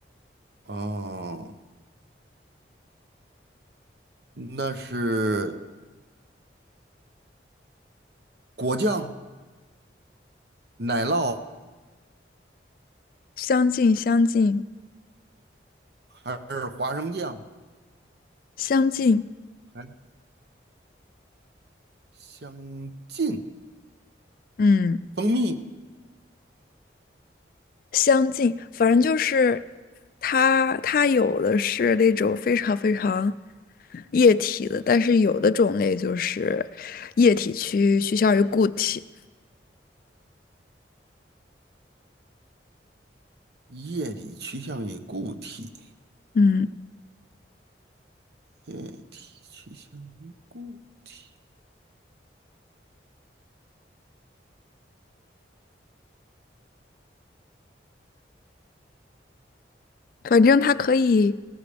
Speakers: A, on the right; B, on the left.
A: 哦，那是果酱、奶酪
B: 相近相近
A: 还是花生酱？
B: 相近，
A: 还相近，
B: 嗯，
A: 蜂蜜
B: 相近，反正就是它它有的是那种非常非常液体的，但是有的种类就是液体趋趋向于固体，
A: 液体趋向于固体，
B: 嗯，
A: 液体趋向于固体，
B: 反正它可以